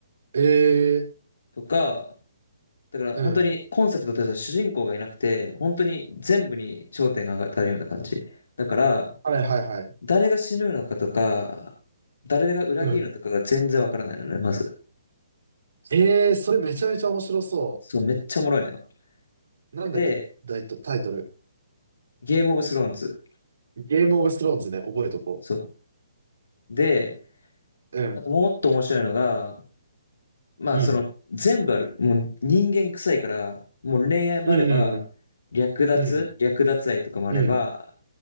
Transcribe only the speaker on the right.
えー、
うん。
はいはいはい。
うん。
ええそれめちゃめちゃ面白そ
う。なんだっけ、
タイト、タイトル。
ゲームオブスローンズね、覚えとこ
う。うん。
うん。
うん
うんうん。うん。
うん。